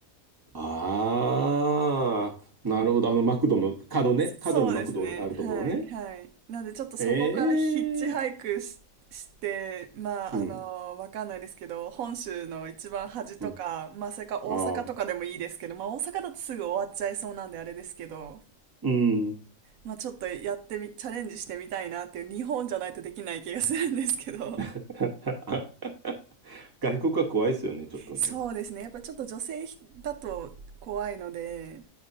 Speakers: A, on the right; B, on the right.
A: ああ、なるほど。あの、マクドの角ね。
B: そうですね。
A: 角にマクドがあるところね。
B: はい、はい。なんでちょっとそこからヒッチハイクし、
A: ええ
B: して、まあ、
A: うん。
B: あの、わかんないですけど、本州の一番端とか、
A: うん。
B: まあ、それか大阪とかでもいいですけど、
A: ああ。
B: まあ、大阪だとすぐ終わっちゃいそうなんであれですけど、
A: うん。
B: まあ、ちょっとやってみ、チャレンジしてみたいなっていう、日本じゃないとできない気がするんですけど。
A: <laughs> 外国は怖いですよね、ちょっとね。
B: そうですね。やっぱちょっと女性だと怖いので、